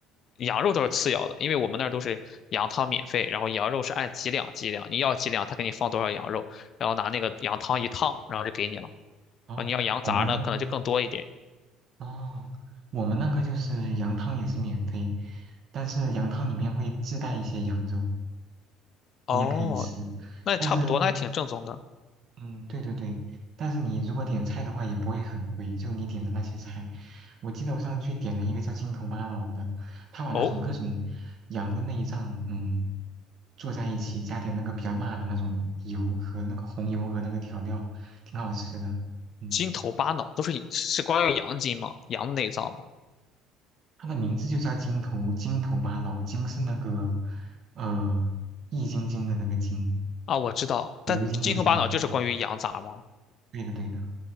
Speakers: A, on the left (about 50°); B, on the right (about 55°).
A: 羊肉都是次要的，因为我们那儿都是羊汤免费，然后羊肉是按几两几两，你要几两，他给你放多少羊肉，然后拿那个羊汤一烫，然后就给你了。
B: 然后我们
A: 然后你要羊杂呢，可能就更多一点。
B: 哦，我们那个就是羊汤也是免费，但是羊汤里面会自带一些羊肉，
A: 哦，
B: 你也可以吃，
A: 那也差不多，
B: 但是
A: 那还挺正宗的。
B: 嗯，对对对，但是你如果点菜的话，也不会很贵。就你点的那些菜，我记得我上次去点了一个叫筋头巴脑的，他把那种各种羊的内脏，
A: 哦，
B: 嗯，做在一起，加点那个比较辣的那种油和那个红油和那个调料，挺好吃的。嗯，
A: 筋头巴脑都是以是关于羊筋吗？羊内脏吗？
B: 它的名字就叫筋头筋头巴脑，筋是那个呃易筋经的那个筋，
A: 啊，我知道，但筋头巴脑就是关于羊杂吗？
B: 牛筋的筋，对，对的对的，